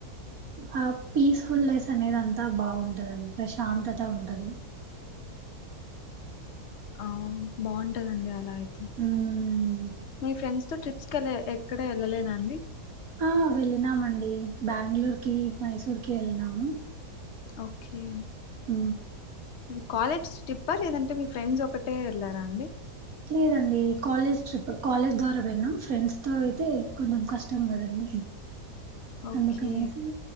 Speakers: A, on the right (about 65°); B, on the left (about 50°).
A: ఆ పీస్ ఫుల్లస్ అనేది అంతా బాగుంటదండి ఫ్రెష్ అంతత ఉంటది
B: ఆ బాగుంటదండి అలా అయి
A: హ్మ్
B: మీ ఫ్రెడ్స్ ట్రిప్స్ కె లే ఎక్కడ వెళ్ళలేద అండి
A: ఆ వెళ్ళినామండి బ్యాంగుళూర్ కి మైసూర్కి వెళ్ళినాము
B: ఓకే
A: ఊ
B: అది కాలేజ్ ట్రీప్ప లేదంటే మీ ఫ్రెండ్స్ ఒకటే వెళ్ళారా అండి
A: లేదండి కాలేజ్ ట్రిప్ కాలేజ్ ద్వారా పోయినం ఫ్రెండ్స్ తో అయితే కొంచెం కష్టం గదండి
B: ఓకే
A: అందుకనేసి